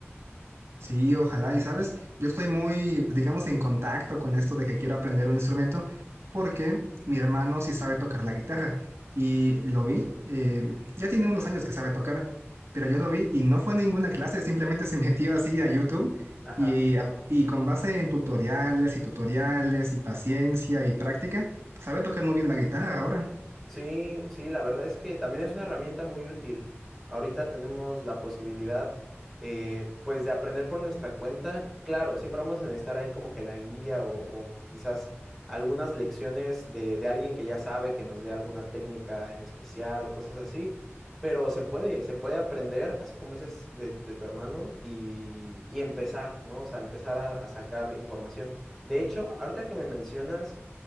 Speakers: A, on the right (about 65°); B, in the centre.
A: Sí, ojalá. Y sabes, yo estoy muy, digamos, en contacto con esto de que quiero aprender un instrumento porque mi hermano sí sabe tocar la guitarra y lo vi, eh,
B: Ujú.
A: ya tiene unos años que sabe tocar, pero yo lo vi y no fue a ninguna clase, simplemente se <laughs> metió así a YouTube
B: Ajá.
A: y, a- y con base en tutoriales y tutoriales y paciencia y práctica, sabe tocar muy bien la guitarra ahora.
B: Sí, sí, la verdad es que también es una herramienta muy útil. Ahorita tenemos la posibilidad, eh, pues, de aprender por nuestra cuenta. Claro, siempre vamos a necesitar ahí como que la guía o, o quizás algunas lecciones de, de alguien que ya sabe, que nos dé alguna técnica en especial o cosas así. Pero se puede, se puede aprender, así como dices de, de tu hermano, y, y empezar, ¿no? O sea, empezar a a sacar información. De hecho, ahorita que me mencionas...